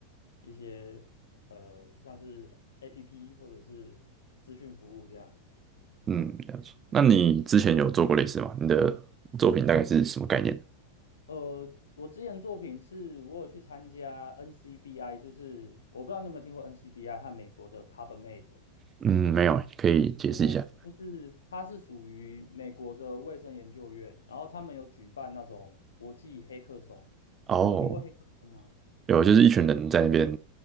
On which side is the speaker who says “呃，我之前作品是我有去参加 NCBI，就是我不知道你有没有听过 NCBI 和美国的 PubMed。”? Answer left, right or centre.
Left